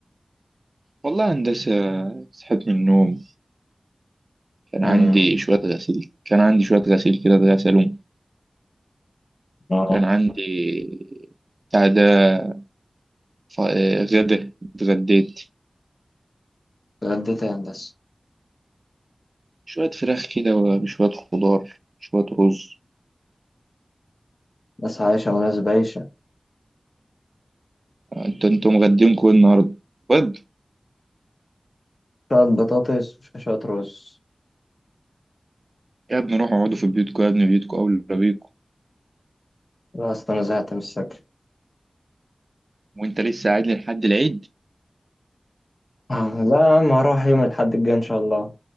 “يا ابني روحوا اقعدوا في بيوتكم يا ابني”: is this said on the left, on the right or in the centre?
Right